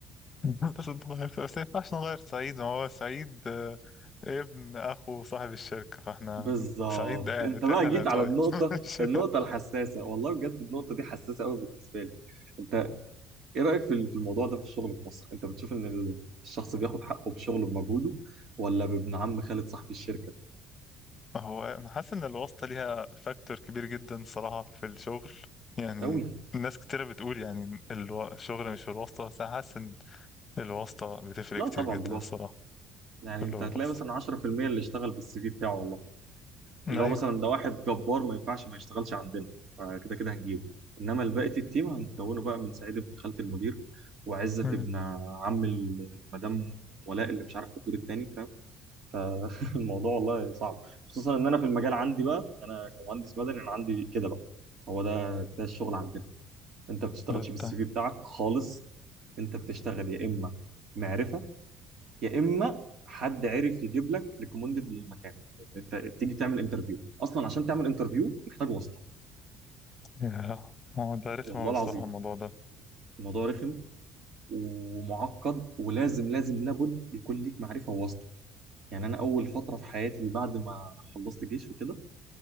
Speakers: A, on the left (about 30°); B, on the right (about 50°).
A: <laughs> لازم نغير بس ما ينفعش نغير سعيد ما هو سعيد آه، ابن اخو صاحب الشركة فاحنا
B: بالظبط
A: سعيد قاعد
B: انت بقى
A: احنا اللي
B: جيت
A: هنتغير
B: على النقطه
A: <laughs> مش-
B: النقطه الحساسه والله بجد النقطه دي حساسه قوي بالنسبه لي انت ايه رايك في ال- في الموضوع ده في الشغل في مصر انت بتشوف ان ال- الشخص بياخد حقه بشغله بمجهوده ولا بابن عم خالد صاحب الشركه
A: هو انا حاسس ان الواسطة ليها فاكتور كبير جدا صراحة في الشغل يعني
B: قوي
A: ناس كتيرة بتقول يعني الو- الشغل مش في الواسطة بس انا حاسس ان الواسطة بتفرق
B: لا
A: كتير
B: طبعا
A: جدا
B: بالواسطه
A: الصراحة
B: يعني
A: كله
B: انت هتلاقي
A: الواسطة
B: مثلا 10% اللي اشتغل بالسي في بتاعه والله
A: ايوه
B: اللي هو مثلا ده واحد جبار ما ينفعش ما يشتغلش عندنا فكده كده هنجيبه انما بقيه التيم هنكونه بقى من سعيد ابن خالة المدير وعزت
A: مم.
B: ابن عم ال- مدام ولاء اللي مش عارف في الدور التاني فاهم فالموضوع <laughs> والله صعب خصوصا ان انا في المجال عندي بقى انا كمهندس مدني انا عندي كده بقى هو ده ده الشغل عندنا انت ما بتشتغلش
A: ده التاني
B: بالسي في بتاعك
A: مم.
B: خالص انت بتشتغل يا اما معرفه يا اما حد عرف يجيب لك ريكومندد للمكان يعني انت تيجي تعمل انترفيو اصلا عشان تعمل انترفيو محتاج واسطه
A: يا هو ده رخم
B: والله
A: أوي
B: العظيم
A: الصراحة الموضوع ده
B: الموضوع رخم ومعقد ولازم لازم لابد يكون ليك معرفه وواسطه يعني انا اول فتره في حياتي بعد ما خلصت جيش وكده